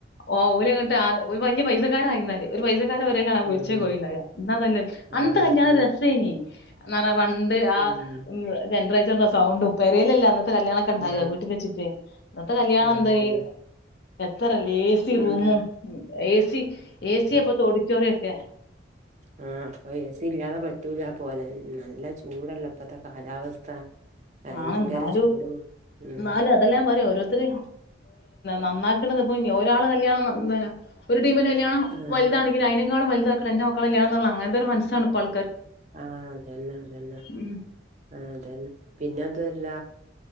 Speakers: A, on the left; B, on the right.
A: ഓ ഓര്ങ്ങട്ട് ഒരു വലിയ പൈസക്കാരായിാലല് ഒരു പൈസ <unintelligible>
B: ഉം ആ
A: അനത്തെ കല്യാ
B: അതന്നെ
A: രസേനി പണ്ട് ആ
B: ഉം
A: ജനറേറ്ററിന്റെ സൗണ്ട് ഉപ്പേരലല്ല കല്യാണൊക്കെ ഉണ്ടാക
B: ആ
A: വീട്ടില് വെച്ചിട്ടെ ഇന്നത്തെ കല്യാണം
B: ആ
A: എന്തായി
B: അതന്നെ
A: ത്രല്ലാ എ സി
B: ഉം
A: റൂമും ഏ സി, ഏ സിയാ ഇപ്പത്തെ ഓഡിറ്റോറിയൊക്കെ
B: ആ അപ്പൊ എ സി ഇല്ലാതെ പറ്റൂല പോലെ നല്ലചൂടല്ലേ ഇപ്പത്തെ കാലാവസ്ഥ ഭയങ്കര
A: ആണ് ന്നാലും
B: ചൂടും ഉം
A: ന്നാലുംഅതെല്ലാഞാൻ പറയാ ഓരോരുത്തര് നന്നാക്കണത് ഇപ്പൊനി ഒരാള് കല്യാണം <unintelligible> കല്യാണം
B: ആഹ്
A: വലുതാണെങ്കിൽ അയിനെക്കാളും വലുതാക്കണം എൻറെ മക്കളെ കല്യാണം എന്നുള്ള അങ്ങനത്തൊരു മനസ്സാണ് ഇപ്പം ആൾ
B: ആ അതന്നെ അതന്നെ
A: ഉം
B: ആ അതന്നെ പിന്നെ അതുവല്ല